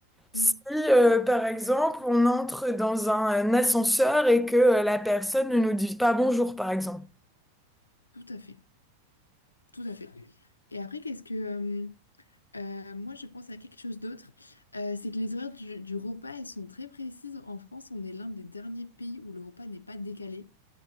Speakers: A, in the centre; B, on the left.
A: si,
B: Mm,
A: euh, par exemple, on entre dans un ascenseur et que euh, la personne ne nous dit pas bonjour, par exemple.
B: tout à fait, tout à fait. Et après, qu'est-ce que... euh, Euh, moi, je pense à quelque chose d'autre. Euh, c'est que les horaires du, du repas, elles sont très précises. En France, on est l'un des derniers pays où le repas n'est pas décalé.